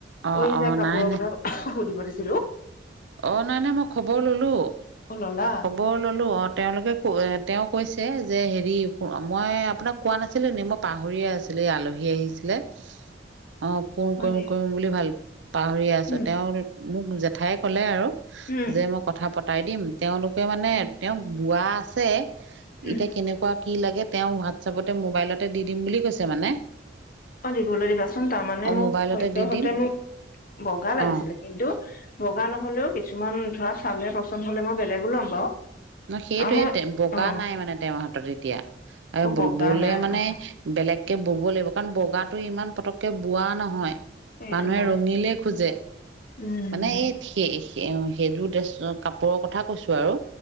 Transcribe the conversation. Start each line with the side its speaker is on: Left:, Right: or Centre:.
Right: অঁ
Left: ঐ
Right: অঁ
Left: যে কাপোৰৰ
Right: নাই
Left: কথা সুধিব দিছিলোঁ।
Right: অ', নাই, নাই মই খবৰ ল'লো।
Left: অ ললা
Right: খবৰ ল'লো তেওঁলোকে তেওঁ কৈছে যে হেৰি মই আপোনাক কোৱা নাছিলো নি মই পাহৰিয়ে আছিলোঁ এই আলহী আহিছিলে অ', ফোন
Left: হয়
Right: কৰিম,
Left: দে
Right: কৰিম বুলি ভাল পাহৰিয়ে আছোঁ,
Left: উম
Right: তেওঁ মোক জেঠাই ক'লে আৰু
Left: উম
Right: যে মই কথা প কতাই দিম। তেওঁলোকে মানে তেওঁৰ বোৱা আছে,
Left: উম।
Right: এতিয়া কেনেকুৱা কেনেকুৱা কি লাগে, তেওঁ হোৱাটছএপতে মোবাইলতে দি দিম বুলি কৈছে মানে।
Left: অ', দিবলৈ দিবাচোন, তাৰমানে
Right: অঁ
Left: মোক
Right: মোবাইলতে
Left: সদ্যসতে
Right: দি দিম
Left: মোক বগা লাগিছিল
Right: অঁ
Left: কিন্তু বগা নহ'লেও, কিছুমান ধৰা <unintelligible> পচন্দ হ'লে মই বেলেগো ল'ম বাৰু।
Right: ন', সেইটোৱে
Left: আৰু মই
Right: বগা
Left: অ
Right: নাই মানে তেওঁৰ হাতত এতিয়া আৰু
Left: অ বগা
Right: ব-ব'লে
Left: নাই
Right: মানে
Left: অ
Right: বেলেগকে ব'ব লাগিব কাৰণ বগাটো ইমান পতকে বোৱা নহয়।
Left: সেইটো
Right: মানুহে
Left: হয়
Right: ৰঙিলে খোজে,
Left: উম
Right: মানে এই সেই-সেইযোৰ ড্ৰেছ কাপোৰৰ কথা কৈছোঁ আৰু।